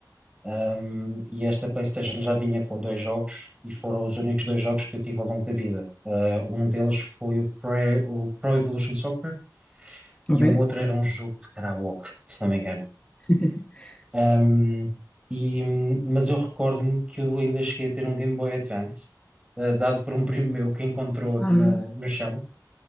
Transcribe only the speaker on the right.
Hum, e esta PlayStation já vinha com dois jogos e foram os únicos dois jogos que eu tive ao longo da vida. Eh, um deles foi o, Pre- o Pro Evolution Soccer e
um outro era um jogo de karaoke, se não me engano.
Ahm, e, mas eu recordo-me que eu ainda cheguei a ter um Game Boy Advance, ah, dado por um <laughs> primo meu que encontrou no,
no chão.